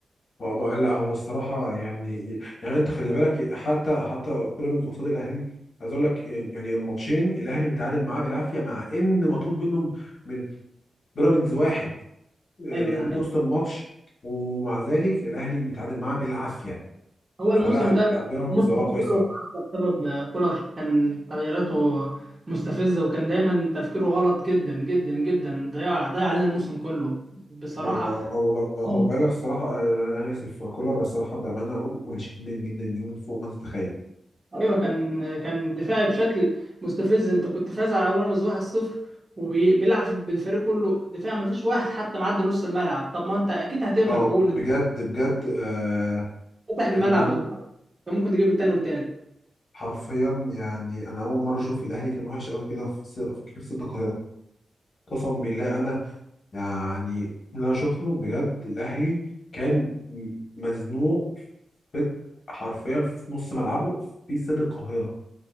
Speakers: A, on the left (about 55°); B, on the right (about 30°).
A: آه، بقى- لا هو الصراحه يعني يعني انت خلي بالك حتى حتى بيراميدز قصاد الاهلي عايز اقول لك يعني يعني الماتشين الاهلي متعادل معاه بالعافيه مع ان مطرود منهم من بيراميدز واحد يعني
B: أيوه ده
A: من نص الماتش ومع ذلك الاهلي بيتعادل معاه بالعافيه
B: هو الموسم
A: فلا
B: ده
A: لا بيراميدز
B: الموسم
A: اه
B: ده
A: كويسه
B: كله عدى بسبب آه، كولر كان تغييراته مستفزة وكان دايما تفكيره غلط جدا جدا جدا ضيع ضيع علينا الموسم كله بصراحة
A: هو هو هو
B: <laughs>
A: فايلر الصراحه آه، انا اسف كولر الصراحه بامانه وحش جدا جدا جدا فوق ما انت تتخيل
B: ايوه كان كان دفاعي بشكل مستفز انت كنت فاز على بيراميدز 1-0 وبيلعب بالفريق كله دفاع ما فيش واحد حتى معدي نص الملعب طب ما انت اكيد هتقبل
A: اه
B: جون
A: بجد
B: انت
A: بجد آه
B: فاتح الملعب
A: اللي أنا-
B: قدامك كان ممكن تجيب التاني والتالت
A: حرفيا يعني انا اول مره اشوف الاهلي كان وحش قوي كده في س- في كلمه صدق قسم بالله انا يعني اللي انا شفته بجد الاهلي كان م- مزنوق في حرفيا في نص ملعبه في استاد القاهره